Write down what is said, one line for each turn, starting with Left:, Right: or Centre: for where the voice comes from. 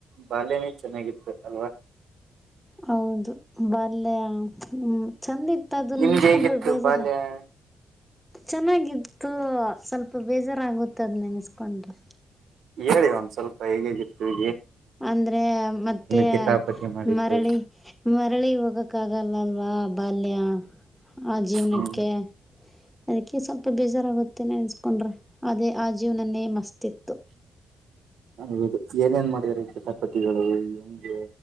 Right: ಬಾಲ್ಯನೇ ಚೆನ್ನಾಗಿತ್ತು ಅಲ್ವಾ
Centre: ಹೌದು ಬಾಲ್ಯಾಂಗ್ ಹ್ಮ್ ಚಂದ್ ಇತ್ ತ್ತು ಅದುನ್
Right: ನಿಮ್ದ್
Centre: ನೆನುಸ್ಕೊಂಡ್ರೆ
Right: ಹೇಗಿತ್ತು
Centre: ಈಗ್ ಬೇಜಾರಾತ್
Right: ಬಾಲ್ಯ
Centre: ಚೆನ್ನಾಗಿತ್ತು ಸ್ವಲ್ಪ ಬೇಜಾರಾಗುತ್ತದ್ ನೆನನುಸ್ಕೊಂಡ್ರೆ
Right: ಹೇಳಿ ಒಂದ್ ಸ್ವಲ್ಪ ಹೇಗ್ ಹೇಗ್ ಇರ್ತಿವ್
Centre: ಅಂದ್ರೆ ಮತ್ತೆ
Right: ಕಿತಾಪತಿ ಮಾಡಿದ್ದು
Centre: ಮರಳಿ ಮರಳಿ ಹೋಗಕ್ ಕ್ಕಾಗಲಲ್ವಾ ಬಾಲ್ಯ ಆ ಜೀವ್ನುಕ್ಕೆ
Right: ಹ್ಮ್
Centre: ಅದುಕ್ಕೆ ಸ್ವಲ್ಪ ಬೇಜಾರಾಗುತ್ತೆ ನೆನ್ಸ್ಕೊಂಡ್ರೆ ಅದೇ ಆ ಜೀವನನೇ ಮಸ್ತಿತ್ತು
Right: ಅದ್ ಹೌದು ಏನೇನ್ ಮಾಡಿದ್ರಿ ಕಿತಾಪತಿಗಳು ಹೆಂಗೆ